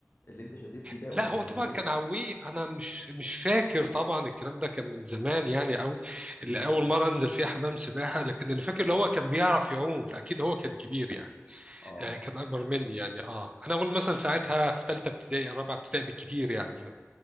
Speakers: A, on the left; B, on the right.
A: اللي انت شديت فيه ده
B: لا
A: ولا
B: هو
A: كان
B: طبعا
A: كبير
B: كان عويه انا مش مش فاكر طبعا الكلام ده كان من زمان يعني قوي
A: امم
B: اللي اول مره انزل فيها حمام سباحه لكن اللي فاكر اللي هو كان بيعرف يعوم فاكيد هو كان كبير يعني
A: اه
B: آه، كان اكبر مني يعني اه انا اقول مثلا ساعتها في ثالثه ابتدائي او رابعه ابتدائي بالكتير يعني